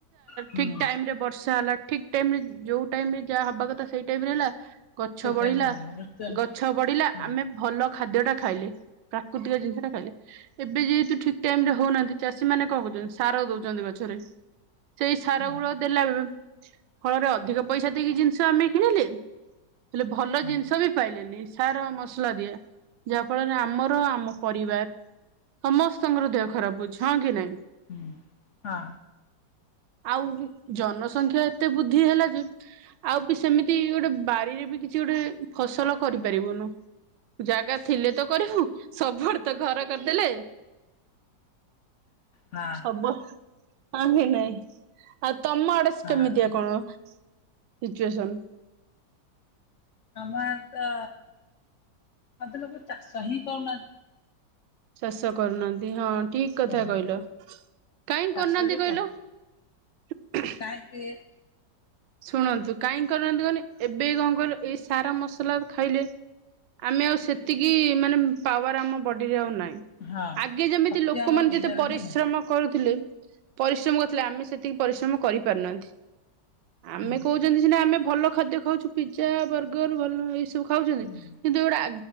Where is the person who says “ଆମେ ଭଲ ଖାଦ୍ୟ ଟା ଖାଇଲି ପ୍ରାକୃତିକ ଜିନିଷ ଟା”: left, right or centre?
Right